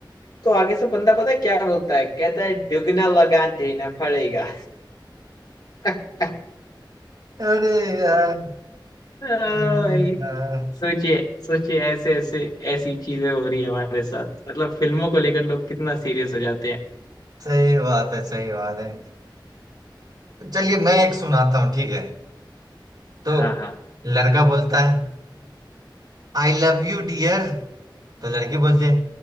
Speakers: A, on the left (about 55°); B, on the right (about 55°).
A: तो आगे से बंदा पता है क्या बोलता है कहता है दुगना लगान देना पड़ेगा <laughs> ओ
B: अरे यार
A: भाई
B: अरे यार
A: सोचिए सोचिए ऐसे ऐसे ऐसी चीजें हो रही है हमारे साथ मतलब फिल्मों को लेकर लोग कितना सीरियस हो जाते हैं
B: सही बात है सही बात है चलिए मैं एक सुनाता हूँ ठीक है तो
A: हाँ हाँ
B: लड़का बोलता है आई लव यू डियर तो लड़की बोलती है